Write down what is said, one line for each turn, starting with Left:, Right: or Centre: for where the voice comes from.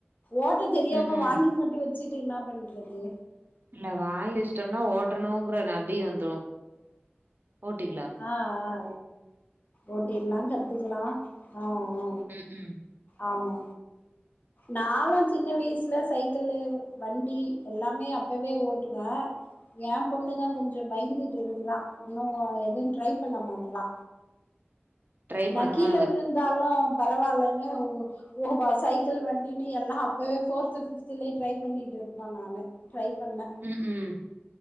Left: ஓட்ட தெரியாம
Right: ம் ம்
Left: வாங்கி மட்டு வச்சுட்டு என்ன பண்றது
Right: இல்ல வாயில வச்சுடம்னா ஓட்டணுங்குற நபி வந்துரு ஓட்டிக்கிலா
Left: ஆ ஆ ஆ ஓட்டிர்ல்லா கத்துக்கலா ஆ ஆ
Right: ம் ம்
Left: ஆமா நாலா சின்ன வயசுல சைக்கிள்லே வண்டி எல்லாமே அப்பவே ஓட்டுவ எ பொண்ணுதா கொஞ்சோ பயந்துட்டு இருக்குற இன்னும் ஏ எதையுட்ரை பண்ண மாடரா
Right: ட்ரை
Left: நா
Right: பண்ணுவாங்க
Left: கீழ விழுந் தாலும் பரவாயில்ன்னு வு ஓவா சைக்கிள் வண்டின்னு எல்லா அப்பவே போர்து பிப்துலேயே ட்ரை பண்ணிட்டு இருப்பே நானு ட்ரை பண்ண
Right: ம் ம்